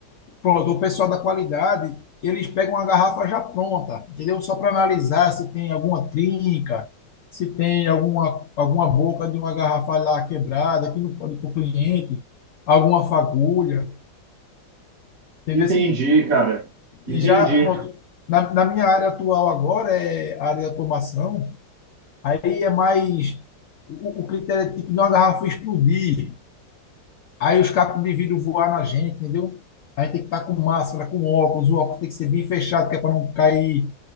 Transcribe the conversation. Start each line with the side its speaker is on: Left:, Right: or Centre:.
Left: pronto, o pessoal da qualidade, eles pegam uma garrafa já pronta, entendeu? Só para analisar se tem alguma trinca, se tem alguma, alguma boca de uma garrafa lá quebrada, que não pode ir para o cliente, alguma fagulha, entendeu?
Right: Entendi, cara. Entendi.
Left: E já, pronto, na, na minha área atual agora é a área de automação, aí é mais, o, o critério é tipo, não a garrafa explodir, aí os cacos de vidro voar na gente, entendeu? A gente tem que estar com máscara, com óculos, o óculos tem que ser bem fechado, que é para não cair